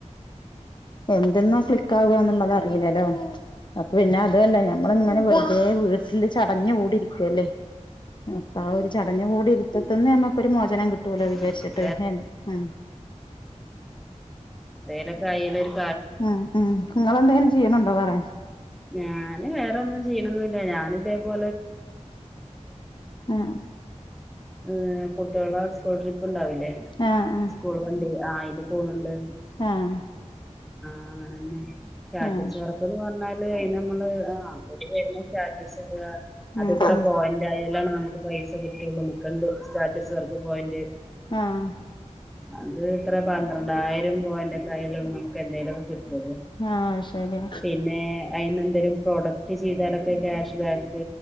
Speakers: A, on the left; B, in the centre.
A: ഇതെന്നാ ക്ലിക് ആവ്ന്ന്ള്ളത് അറീ ലല്ലോ അപ്പൊ പിന്നെ അതു അല്ല ഞമ്മള് ങ്ങനെ വെർതെ വീട്ടില് ചടഞ്ഞ് മൂടി രിക്കല്ലേ അപ്പ ആ ഒരു ചടഞ്ഞു കൂടി ഇര്ത്തത്ത്ന്ന് നമ്മക്കൊരു മോചനം കി പോലെ വിചാരിച്ചിട്ട്
B: ഉം വേറെ
A: ഹെ ഹ്
B: പിന്നെ <unintelligible> ലൊരു
A: മ് മ് നിങ്ങളെന്തെലും ചെയ്യ്ണണ്ടോ വേറെ
B: ഞാന് വേറേന്നും ചെയ്യലൊന്നുല്ല ഞാന് ഇതേപോ
A: എ
B: മ് എ കുട്ടിളെ സ്കൂൾ ട്രിപ്പ് ഇണ്ടാവില്ലേ
A: ആഹ്
B: സ്കൂൾ വണ്ടി ആ അയില് പോണ് ണ്ട്
A: ആഹ് ആഹ്
B: ആ അങ്ങനെന്നെ സ്റ്റാറ്റസ്
A: ആഹ്
B: വർ ക്കൊക്കെ വന്നാല് ലെ അയിന് മ്മള് ആ ഓല് തര്ന്ന സ്റ്റാറ്റസ് ഇട് അത്
A: ഉം
B: ഇത്ര
A: ഉം
B: പോയിന്റ് ആയാലാണ് നമക്ക് പൈസ സ കിട്ട്ള്ളു കണ്ട് സ്റ്റാറ്റസ് വർക്ക് പോയിന്റ്
A: ആഹ്
B: അത് ഇത്ര പന്ത്രണ്ടായിരം പോയന്റൊ ക്കയാലോള്ളു നമുക്ക് എന്തെലൊക്കെ കി ട്ടൊള്ളു
A: ആഹ് ശരി
B: പിന്നെ അയിനെ എന്തേലും പ്രോഡക്റ്റ് ചെയ്താലൊക്കെ ക്യാഷ് ബാ ക്ക്‌